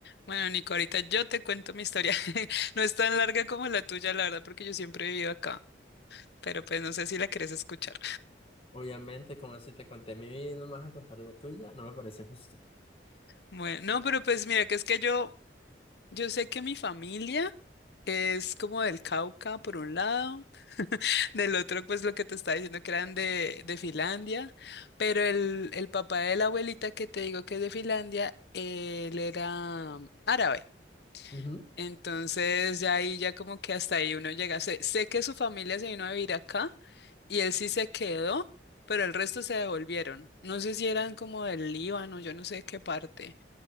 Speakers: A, on the left; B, on the left.
A: Bueno, Nico, ahorita yo te cuento mi historia. <laughs> No es tan larga como la tuya, la verdad, porque yo siempre he vivido acá, pero pues no sé si la quieres escuchar.
B: Obviamente, como si te conté mi vida y no me vas a contar lo tuya, no me parece justo.
A: Bueno, no, pero pues mira, que es que yo, yo sé que mi familia es como del Cauca, por un lado, <laughs> del otro, pues lo que te estaba diciendo que eran de, de Finlandia, pero el, el papá de la abuelita que te digo que es de Finlandia, él era árabe.
B: Ujú,
A: Entonces ya ahí, ya como que hasta ahí uno llega. Sé, sé que su familia se vino a vivir acá y él sí se quedó, pero el resto se devolvieron. No sé si eran como del Líbano, yo no sé qué parte,